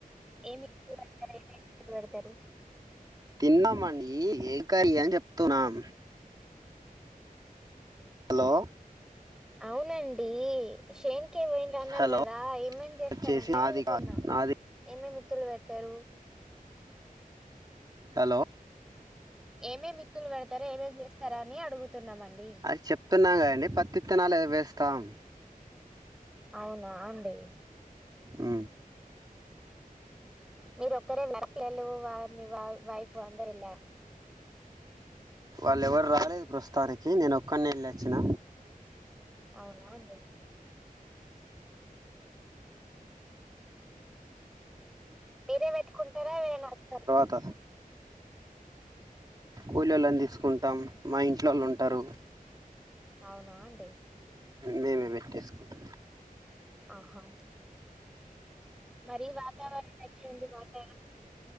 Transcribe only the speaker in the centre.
ఏమి ఇతులు పెడతారు ఏమేమి ఇతులు పెడతారు
అవునండి శేన్కే పోయిన అన్నారు
కదా ఏమేమి చేస్తారని
అడుగుతున్నా
ఏం ఏం ఇతులు పెడతారు
ఏం ఏం ఇత్తులు పెడతారా ఏమేమి చేస్తారా అని అడుగుతున్నామండి
అవునా అండి
మీరు ఒక్కరేనా పిల్లలు వ మీ వైఫ్ అందరూ ఏళ్ళారా
అవునా అండి మీరే పెట్టుకుంటారా ఎవరైనా ఆస్తారు
అవునా అండి
ఆహా మరి వాతావరణం అట్లా ఉంది వాతావరణం